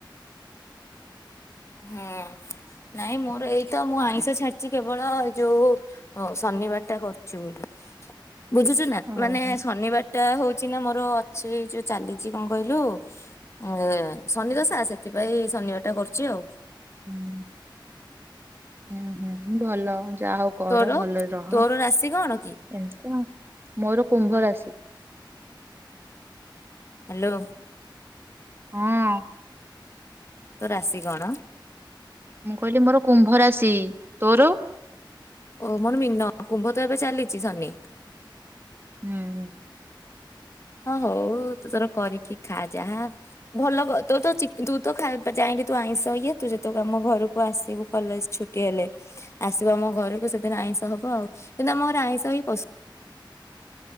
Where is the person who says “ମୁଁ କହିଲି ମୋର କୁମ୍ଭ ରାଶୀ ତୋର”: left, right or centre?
Right